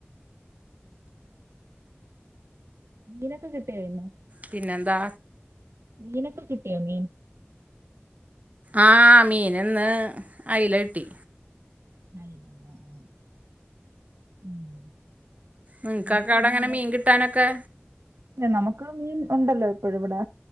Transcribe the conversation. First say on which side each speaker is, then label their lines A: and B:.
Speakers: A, on the right; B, on the right.
A: മീനൊക്കെ കിട്ടിയായ്ര് ന്ന്.
B: പിന്നെ എന്താ?
A: മീനോക്കെ കിട്ടിയോ മീൻ..
B: ആഹ മീന് ന്ന് അയില കിട്ടി.
A: <inaudible>
B: നിൻ
A: നമുക്ക്
B: ക്കാക്കടെ
A: പിന്നെ
B: ങ്ങനെ
A: ഇവിടെ
B: മീൻ കിട്ടാനൊക്കെ.?
A: ഇല്ല നമമ്ക്ക് മീൻ ഒണ്ടല്ലോ ഇപ്പോഴ് ഇവിടെ